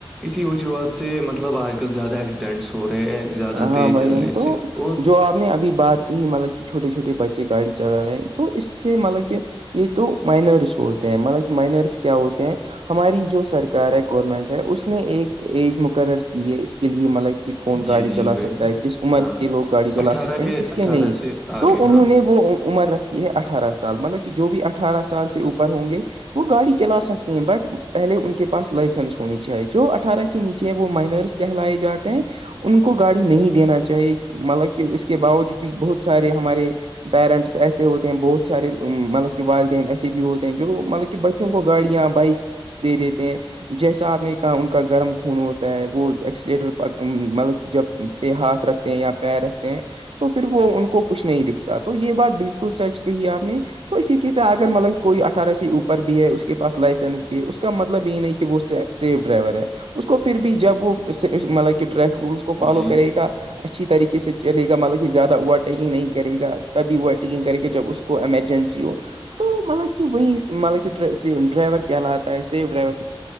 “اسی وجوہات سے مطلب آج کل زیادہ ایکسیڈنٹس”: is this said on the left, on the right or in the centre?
Centre